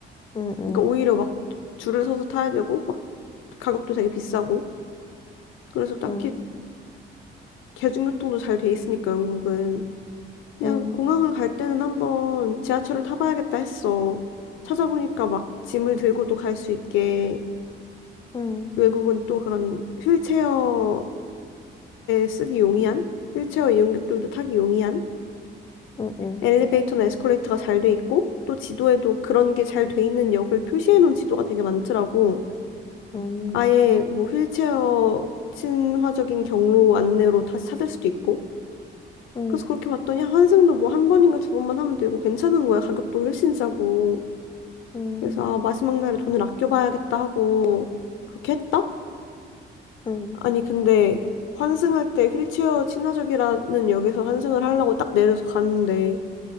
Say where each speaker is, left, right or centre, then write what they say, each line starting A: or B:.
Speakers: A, on the left (about 25°); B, on the left (about 90°).
A: 응, 응,
B: 그러니까 오히려 막 줄을 서서 타야 되고, 막 가격도 되게 비싸고. 그래서 딱히
A: 응,
B: 대중교통도 잘 돼 있으니까 영국은. 그냥
A: 응,
B: 공항을 갈 때는 한번 지하철을 타봐야겠다 했어. 찾아보니까 막 짐을 들고도 갈 수 있게
A: 응,
B: 외국은 또 그런 휠체어한테 쓰기 용이한 휠체어 이용객들도 타기 용이한
A: 응, 응,
B: 엘리베이터나 에스컬레이터가 잘 돼 있고 또 지도에도 그런 게 잘 돼 있는 역을 표시해 놓은 지도가 되게 많더라고.
A: 응, 응.
B: 아예 뭐 휠체어 친화적인 경로 안내로 다시 찾을 수도 있고.
A: 응.
B: 그래서 그렇게 봤더니 환승도 뭐 한 번인가 두 번만 하면 되고 괜찮은 거야. 가격도 훨씬 싸고.
A: 음,
B: 그래서 아, 마지막 날에 돈을 아껴봐야겠다 하고 그렇게 했다?
A: 음,
B: 아니 근데 환승할 때 휠체어 친화적이라는 역에서 환승을 하려고 딱 내려서 갔는데